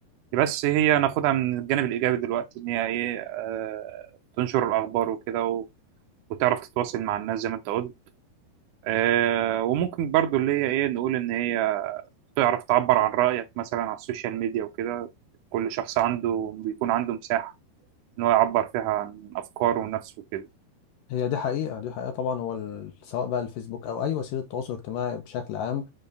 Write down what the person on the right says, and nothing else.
بس هي ناخدها من الجانب الايجابي دلوقتي ان هي ايه آه، تنشر الاخبار وكده و- وتعرف تتواصل مع الناس زي ما انت قلت آه، وممكن برضو اللي هي ايه نقول ان هي تعرف تعبر عن رأيك مثلا على السوشيال ميديا وكده كل شخص عنده بيكون عنده مساحة ان هو يعبر فيها عن افكاره ونفسه وكده